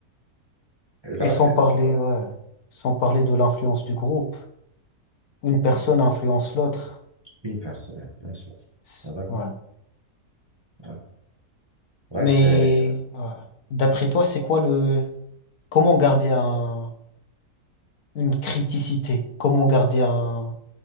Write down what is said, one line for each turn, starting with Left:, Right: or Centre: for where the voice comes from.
Right: Et là,
Left: Et sans
Right: c'est
Left: parler,
Right: voilà,
Left: ouais, sans parler de l'influence du groupe, une personne influence l'autre.
Right: une personne, une seule.
Left: C'est-
Right: Voilà,
Left: Ouais.
Right: voilà. Ouais,
Left: Mais
Right: c'est c'est
Left: ouais. D'après toi, c'est quoi le comment garder un une criticité. Comment garder un,